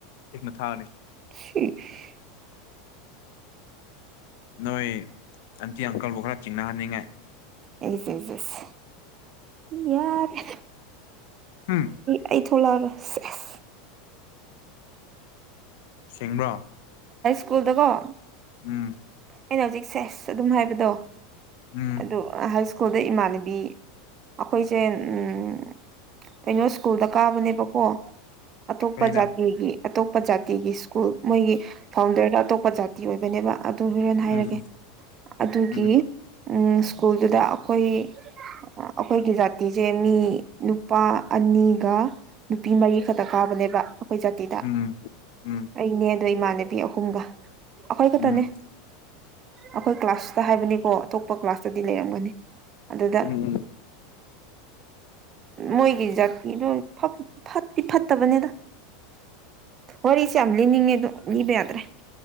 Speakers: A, on the left; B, on the right.
A: ꯊꯦꯡꯅ ꯊꯥꯒꯅꯤ
B: ꯁꯤꯁ
A: ꯅꯣꯏ ꯑꯟꯇꯤ ꯑꯪꯀꯜꯕꯨ ꯈꯔ ꯆꯤꯡꯅꯍꯟꯅꯤꯡꯉꯦ
B: ꯑꯩꯁ ꯑꯩꯁ ꯑꯁ ꯌꯥꯔꯦ
A: ꯍꯨꯝ
B: ꯑꯩ ꯊꯣꯛꯂꯥꯑꯔꯣꯏ ꯁꯦꯁ
A: ꯆꯦꯡꯕ꯭ꯔꯣ
B: ꯁꯀꯨꯜꯗꯀꯣ
A: ꯑꯝ
B: ꯑꯩꯅ ꯍꯧꯖꯤꯛ ꯁꯦꯁ ꯑꯗꯨꯝ ꯍꯥꯏꯕꯗꯣ
A: ꯎꯝ
B: ꯑꯗꯨ ꯍꯁ ꯁ꯭ꯀꯨꯜꯗ ꯏꯃꯥꯟꯅꯕꯤ ꯑꯩꯈꯣꯏꯁꯦ ꯎꯝ ꯀꯩꯅꯣ ꯁ꯭ꯀꯨꯜꯗ ꯀꯥꯕꯅꯦꯕꯀꯣ ꯑꯇꯣꯞꯄ
A: ꯀꯔꯤꯔ
B: ꯖꯥꯇꯤꯒꯤ ꯑꯇꯣꯞꯄ ꯖꯥꯇꯤꯒꯤ ꯁ꯭ꯀꯨꯜ ꯃꯣꯏꯒꯤ ꯐꯥꯎꯟꯗꯔꯗ ꯑꯇꯣꯞꯄ ꯖꯥꯠ ꯇꯤ ꯑꯣꯏꯕꯅꯦꯕ ꯑꯗꯨ ꯍꯣꯔꯦꯟ ꯍꯥꯏꯔꯒꯦ
A: ꯎꯝ
B: ꯑꯗꯨꯒꯤ
A: ꯎꯝ
B: ꯎꯝ ꯁ꯭ꯀꯨꯜꯗꯨꯗ ꯑꯈꯣꯏꯒꯤ ꯑꯈꯣꯏꯒꯤ ꯖꯥꯇꯤꯁꯦ ꯃꯤ ꯅꯨꯄꯥ ꯑꯅꯤꯒ ꯅꯨꯄꯤ ꯃꯔꯤ ꯈꯛꯇ ꯀꯥꯕꯅꯦꯕ ꯑꯩꯈꯣꯏ ꯖꯥꯇꯤꯗ
A: ꯎꯝ ꯎꯝ ꯎꯝ ꯎꯝ
B: ꯑꯩꯅꯦ ꯑꯗꯣ ꯏꯃꯥꯅ ꯅꯨꯄꯤ ꯑꯍꯨꯝꯒ ꯑꯈꯣꯏ ꯈꯛꯇꯅꯦ
A: ꯎꯝ
B: ꯑꯩꯈꯣꯏ ꯀ꯭ꯂꯥꯁꯇ ꯍꯥꯏꯕꯅꯤꯀꯣ ꯑꯇꯣꯞꯄ ꯀ꯭ꯂꯥꯁꯇꯗꯤ ꯂꯩꯔꯝꯒꯅꯤ ꯑꯗꯨꯗ
A: ꯎꯝ
B: ꯃꯣꯏꯒꯤ ꯖꯥꯇꯤꯗꯣ ꯐꯠꯇꯤ ꯐꯠꯇꯕꯅꯤꯗ ꯋꯥꯔꯤꯁꯦ ꯌꯥꯝ ꯂꯤꯅꯤꯡꯉꯦꯗꯣ ꯂꯤꯕ ꯌꯥꯗ꯭ꯔꯦ